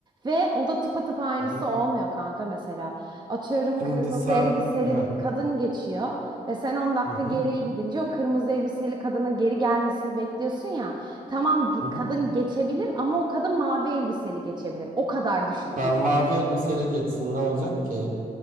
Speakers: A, on the right (about 30°); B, on the right (about 65°).
A: Ve o da tıpatıp aynısı
B: Hı hı.
A: olmuyor kanka mesela. Atıyorum
B: Şimdi
A: kırmızı
B: sen
A: elbiseli
B: Heh.
A: bir kadın geçiyor ve sen on dakika
B: Hı hı.
A: geriye gidince o kırmızı elbiseli kadının geri gelmesini bekliyorsun ya. Tamam ge-
B: Hı hı.
A: kadın geçebilir ama o kadın mavi elbiseli geçebilir. O kadar düşük
B: Sen
A: bir.
B: mavi elbiseyle geçsin ne olacak ki?